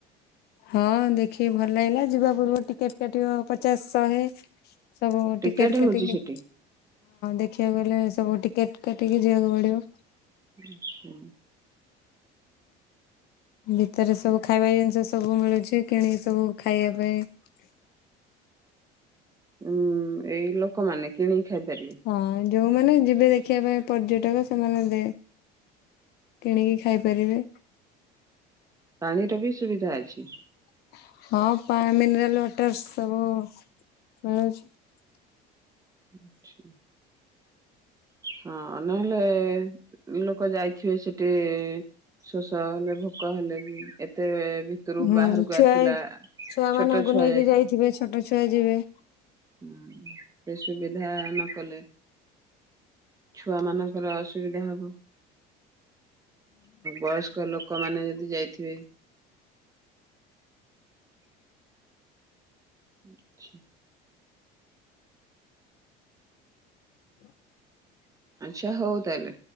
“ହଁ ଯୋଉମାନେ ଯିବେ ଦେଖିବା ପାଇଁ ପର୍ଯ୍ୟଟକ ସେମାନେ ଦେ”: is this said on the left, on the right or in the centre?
Left